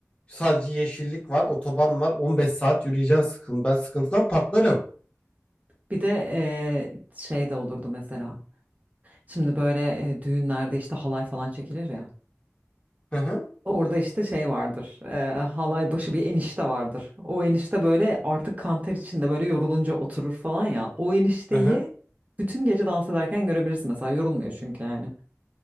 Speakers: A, on the left (about 25°); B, on the right (about 30°).
A: sadece yeşillik var otoban var 15 saat yürüyeceksin sıkın ben sıkıntıdan patlarım.
B: Bir de eee, şey de olurdu mesela. Şimdi böyle eee, düğünlerde işte halay falan çekilir ya.
A: Hı hı.
B: Orada işte şey vardır. eee, halay başı bir enişte vardır. O enişte böyle artık kanter içinde böyle yorulunca oturur falan ya. O enişteyi
A: Hı hı.
B: bütün gece dans ederken görebilirsin mesela yorulmuyor çünkü yani.